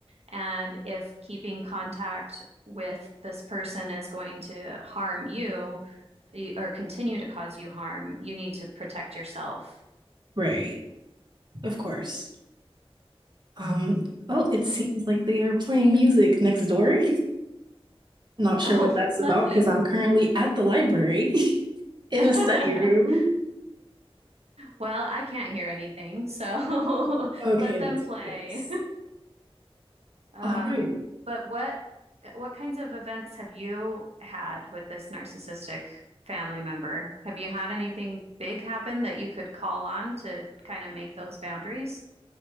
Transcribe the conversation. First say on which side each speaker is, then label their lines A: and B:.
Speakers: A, on the right (about 85°); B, on the right (about 45°).
A: And if keeping contact with this person is going to harm you y- or continue to cause you harm, you need to protect yourself.
B: Right, of course. Um, oh, it seems
A: Um,
B: like they are playing music next door. Not sure
A: Oh,
B: what that's
A: <laughs> lovely.
B: about because I'm currently at the library <laughs> in
A: <laughs>
B: a study room.
A: Well, I can't hear anything, so
B: Okay,
A: <laughs> let
B: that's
A: them play.
B: fabulous.
A: Um,
B: All right.
A: but what what kinds of events have you had with this narcissistic family member? Have you had anything big happen that you could call on to kind of make those boundaries?